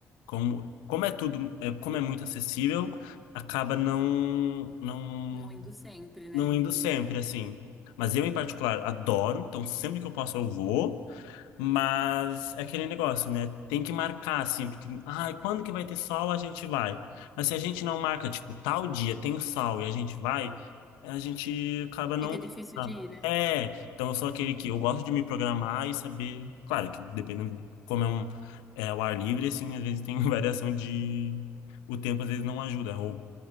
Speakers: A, on the left; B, in the centre.
A: Como, como é tudo, é, como é muito acessível, acaba não, não
B: Não indo sempre, né?
A: não indo sempre, assim. Mas eu, em particular, adoro, então sempre que eu posso eu vou. Mas é aquele negócio, né? Tem que marcar, assim, porque, ah, quando que vai ter sol, a gente vai. Mas se a gente não marca, tipo, tal dia tem sol e a gente vai, a gente acaba não.
B: Fica
A: indo,
B: difícil
A: sabe?
B: de ir, né?
A: É, então eu sou aquele que eu gosto de me programar e saber. Claro que dependendo de como é, um, é o ar livre, assim, às vezes tem <laughs> variação de. O tempo às vezes não ajuda, ou